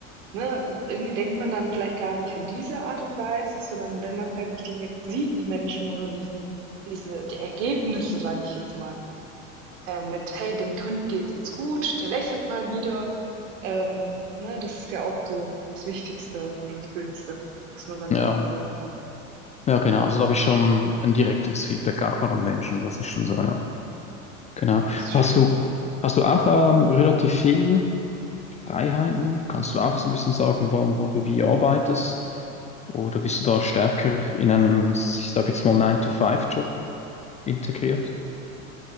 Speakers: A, on the right; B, on the left.
A: Ne, irgendwie denkt man dann vielleicht gar nicht an diese Art und Weise, sondern wenn man's halt nicht direkt sieht, die Menschen oder diesen diese die Ergebnisse, sage ich jetzt mal, äh, mit: „Hey, dem Kind geht's jetzt gut, der lächelt mal wieder.“ Ähm, ne, das ist ja auch so das Wichtigste oder das Schönste, was man dann
B: Ja,
A: direkt sehen kann.
B: ja, genau. Also da habe ich schon ein direkteres Feedback auch von den Menschen. Das ist schon so, ja. Genau.
A: Oh, das ist
B: Hast
A: schön.
B: du, hast du auch ähm, relativ viel Freiheiten? Kannst du auch so ein bisschen sagen, wann, wo du wie arbeitest? Oder bist du da stärker in einen, ich sage jetzt mal Nine to Five job integriert?